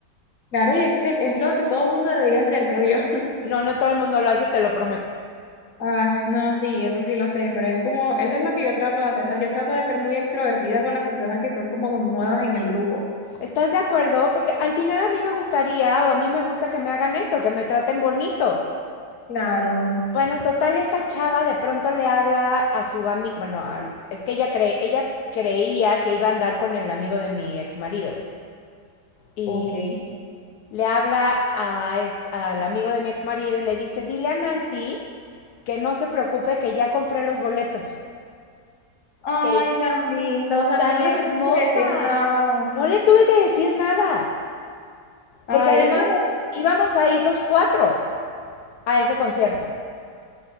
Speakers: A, on the left; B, on the left.
A: Claro, y es que es lo que todo el mundo debería hacer, creo yo. <laughs>
B: No, no todo el mundo lo hace, te lo prometo.
A: Ah, no, sí, eso sí lo sé, pero es como, eso es lo que yo trato de hacer. O sea, yo trato de ser muy extrovertida con las personas que son como nuevas en el grupo.
B: ¿Estás de acuerdo? Porque al final a mí me gustaría o a mí me gusta que me hagan eso, que me traten bonito.
A: Claro.
B: Bueno, total, esta chava de pronto le habla a su amigo, bueno, al- es que ella, cree, ella creía que iba a andar con el amigo de mi ex marido. Y
A: Ok.
B: le habla a est- al amigo de mi ex marido y le dice, dile a Nancy que no se preocupe, que ya compré los boletos
A: Ay,
B: que
A: tan linda. O sea,
B: tan
A: tú no
B: hermosa.
A: le tuviste que decir nada.
B: No le tuve que decir nada,
A: Ay,
B: porque además
A: es que
B: íbamos a ir los cuatro a ese concierto.